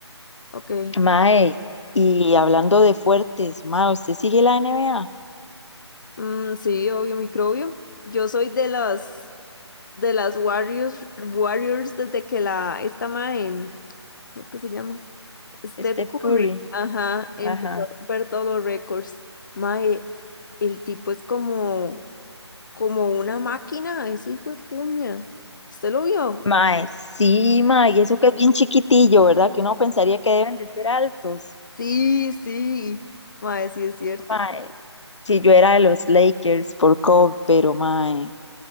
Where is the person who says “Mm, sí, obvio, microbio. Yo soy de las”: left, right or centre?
Left